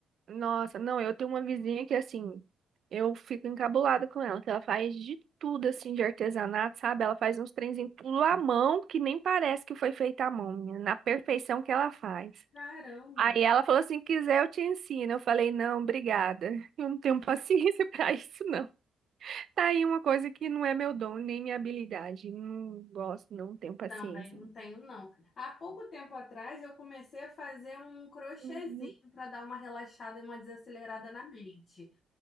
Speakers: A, on the right (about 60°); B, on the left (about 50°).
A: Nossa, não, eu tenho uma vizinha que assim, eu fico encabulada com ela, que ela faz de tudo assim de artesanato, sabe? Ela faz uns trenzinhos tudo à mão, que nem parece que foi feito à mão, menina, na perfeição que ela faz.
B: Caramba!
A: Aí ela falou assim, quiser eu te ensino. Eu falei, não, obrigada. <laughs> Eu não tenho paciência <laughs> pra isso, não. Tá aí uma coisa que não é meu dom, nem minha habilidade. Não gosto, não tenho paciência.
B: Também não tenho, não. Há pouco tempo atrás eu comecei a fazer um crochêzinho
A: Uhum.
B: para dar uma relaxada, e uma desacelerada na mente.